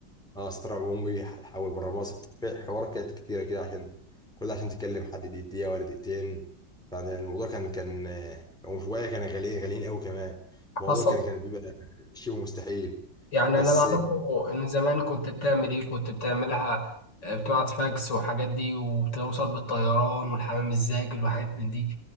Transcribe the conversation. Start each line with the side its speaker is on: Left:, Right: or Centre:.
Centre: اه سنترال عمومي حول بره مصر في حوارات كانت كتيرة كده عشان كل ده عشان تتكلم حد دقيقة ولا دقيقتين يعني الموضوع كان كان آه، وشوية كان غاليين غاليين قوي كمان الموضوع
Left: حصل
Centre: كان كان بيبقى شيء مستحيل
Left: يعني
Centre: بس
Left: انا اللي اعرفه ان زمان كنت بتعمل ايه كنت بتعملها آه، بتقعد فاكس والحاجات دي وبتوصل بالطيران والحمام الزاجل وحاجات من دي